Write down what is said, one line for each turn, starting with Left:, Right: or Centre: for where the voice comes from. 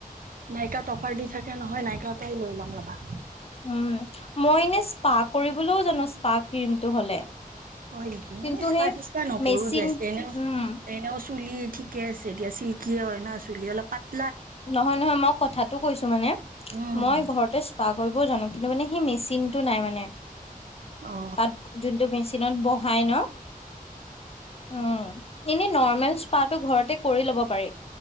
Right: নাইকাত অফাৰ দি। থাকে নহয় নাইকাৰ পৰাই লৈ লম ৰবা।
Left: উম মই এনে স্পা কৰিবলৈও জানো স্পা ক্ৰীমটো হ'লে।
Right: হ'য় নেকি
Left: কিন্তু
Right: এস্পা
Left: সেই
Right: টেছপা নকৰোঁ
Left: মেচিন
Right: দিয়া এনেও
Left: উম
Right: এনেও চুলি ঠিক। ঠিকে আছে দিয়া এতিয়া চিল্কিয়ে হ'য় ন চুলি অলপ পাতল।
Left: নহয় নহয় মই কথাটো কৈছোঁ মানে,
Right: উম
Left: মই ঘৰতে এস্পা কৰিব জানোঁ। কিন্তু মানে মেচিন। মেচিন টো নাই মানে
Right: অ
Left: তাত যোনটো মেচিনত বহাই ন। উম এনে নৰ্মেল এস্পাটো ঘৰতে কৰি ল'ব পাৰি।